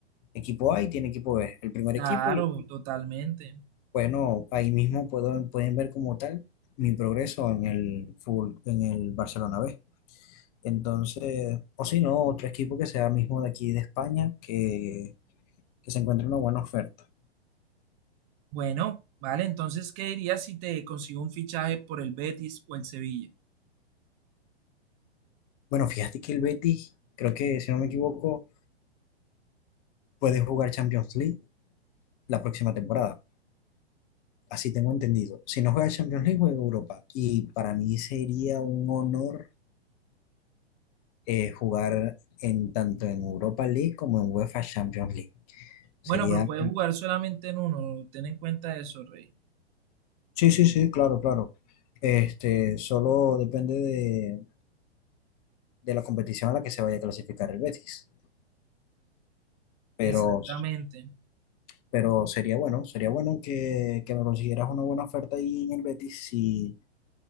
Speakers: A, on the left (about 35°); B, on the right (about 35°).
A: equipo A y tiene equipo B, el primer
B: Claro,
A: equipo, y
B: totalmente.
A: bueno, ahí mismo puedo, pueden ver como tal mi progreso en el full, en el Barcelona B. Entonces, o si no, otro equipo que sea mismo de aquí de España, que, que se encuentre una buena oferta.
B: Bueno, vale, entonces, ¿qué dirías si te consigo un fichaje por el Betis o el Sevilla?
A: Bueno, fíjate que el Betis, creo que si no me equivoco, puede jugar Champions League la próxima temporada. Así tengo entendido. Si no juega Champions League, juega Europa. Y para mí sería un honor eh, jugar en tanto en Europa League como en UEFA Champions League. Sería...
B: Bueno, pero puedes jugar solamente en uno, ten en cuenta eso, Rey.
A: Sí, sí, sí, claro, claro. Este, solo depende de, de la competición a la que se vaya a clasificar el Betis. pero,
B: Exactamente.
A: pero sería bueno, sería bueno que, que me consiguieras una buena oferta ahí en el Betis. Si